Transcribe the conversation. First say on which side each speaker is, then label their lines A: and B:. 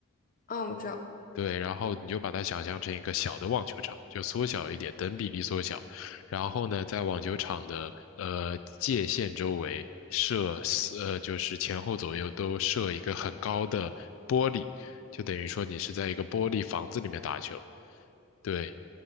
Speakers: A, on the left; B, on the left.
A: 啊，我知道，
B: 对，然后你就把它想象成一个小的网球场，就缩小一点，等比例缩小。然后呢，在网球场的呃界限周围设四呃就是前后左右都设一个很高的玻璃，就等于说你是在一个玻璃房子里面打球。对，